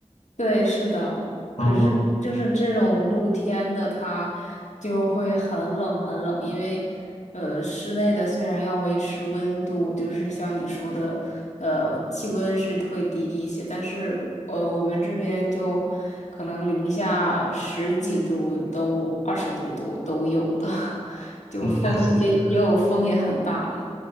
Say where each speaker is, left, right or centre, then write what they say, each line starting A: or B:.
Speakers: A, on the left (about 85°); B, on the left (about 65°).
A: 对，是的。
B: 哦，
A: 可是就是这种露天的，它就会很冷很冷，因为呃，室内的虽然要维持温度，就是像你说的，呃，气温是会低一些，但是呃，我们这边就可能零下十几度都二十度都都有的，<laughs> 就风也也有风也很大。
B: 等一下，试一下。